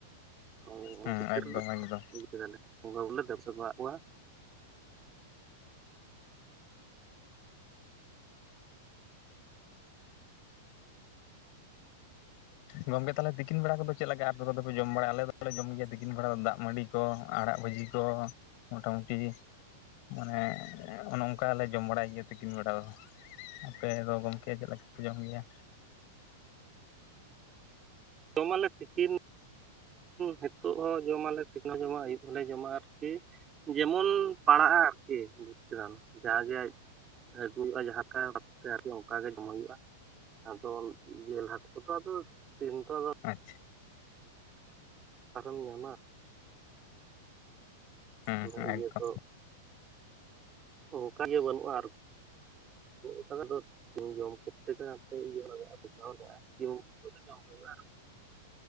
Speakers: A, on the right; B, on the left.
A: ᱦᱳᱭ ᱚᱱᱟ
B: ᱦᱮᱸ
A: ᱠᱷᱟᱹᱛᱤᱨ
B: ᱮᱠᱫᱚᱢ ᱮᱠᱫᱚᱢ
A: <unintelligible> ᱵᱚᱸᱜᱟ ᱵᱩᱨᱩ ᱞᱮ ᱫᱮᱵᱟ ᱥᱮᱵᱟ ᱦᱟᱸᱜ ᱠᱚᱣᱟ᱾
B: ᱜᱚᱝᱠᱮ ᱛᱟᱞᱦᱮ ᱛᱤᱠᱤᱱ ᱵᱮᱲᱟ ᱠᱚᱫᱚ ᱪᱮᱫ ᱞᱮᱠᱟ ᱟᱯᱮ ᱠᱚᱫᱚᱯᱮ ᱡᱚᱢ ᱵᱟᱲᱟᱭᱟ ᱟᱞᱮ ᱫᱚᱞᱮ ᱡᱚᱢ ᱜᱮᱭᱟ ᱛᱤᱠᱤᱱ ᱵᱮᱲᱟ ᱫᱚ ᱫᱟᱜᱽ ᱢᱟᱹᱰᱤ ᱠᱚ ᱟᱲᱟᱜ ᱵᱷᱟᱹᱡᱤ ᱠᱚ ᱢᱚᱴᱟ ᱢᱩᱴᱤ ᱢᱟᱱᱮ ᱚᱱᱮ ᱚᱝᱠᱟ ᱞᱮ ᱡᱚᱢ ᱵᱟᱲᱟᱭ ᱜᱤᱭᱟᱹ ᱛᱤᱠᱤᱱ ᱵᱮᱲᱟ ᱫᱚ ᱟᱯᱮ ᱫᱚ ᱜᱚᱝᱠᱮ ᱪᱮᱫ ᱞᱮᱠᱟ ᱯᱮ ᱡᱚᱢ ᱜᱮᱭᱟ?
A: ᱡᱚᱢᱟᱞᱮ ᱛᱤᱠᱤᱱ ᱦᱤᱛᱚᱜ ᱦᱚᱸ ᱡᱚᱢᱟᱞᱮ ᱛᱤᱠᱤᱱ ᱦᱚᱸ ᱡᱚᱢᱟ ᱟᱹᱭᱩᱵᱽ ᱦᱚᱸᱞᱮ ᱡᱚᱢᱟ ᱟᱨᱠᱤ ᱡᱮᱢᱚᱱ ᱯᱟᱲᱟᱜᱼᱟ ᱟᱨᱠᱤ ᱵᱩᱡᱽ ᱠᱮᱫᱟᱢ ᱡᱟᱜᱮ ᱟᱹᱜᱩᱭ ᱦᱩᱭᱩᱜᱼᱟ ᱡᱟᱦᱟᱸ ᱞᱮᱠᱟ ᱵᱷᱟᱯ ᱛᱮ ᱟᱨᱠᱤ ᱚᱱᱠᱟ ᱜᱮ ᱡᱚᱢ ᱦᱩᱭᱩᱜᱼᱟ᱾ ᱟᱫᱚ ᱡᱤᱞ ᱦᱟᱹᱠᱩ ᱠᱚᱫᱚ ᱟᱫᱚ ᱫᱤᱱ ᱠᱚᱫᱚ
B: ᱟᱪᱪᱷᱟ
A: ᱚᱠᱟᱨᱮᱢ ᱧᱟᱢᱟ᱾
B: ᱦᱮᱸ
A: ᱚᱱᱟ
B: ᱦᱮᱸ
A: ᱤᱭᱟᱹ
B: ᱮᱠᱫᱚᱢ
A: ᱫᱚ ᱚᱱᱠᱟᱜᱮ ᱵᱟᱹᱱᱩᱜᱼᱟ ᱟᱨᱠᱤ, <inaudible> ᱡᱚᱢ ᱠᱚᱨᱛᱮ ᱫᱚ ᱱᱚᱛᱮ ᱤᱭᱟᱹ <inaudible>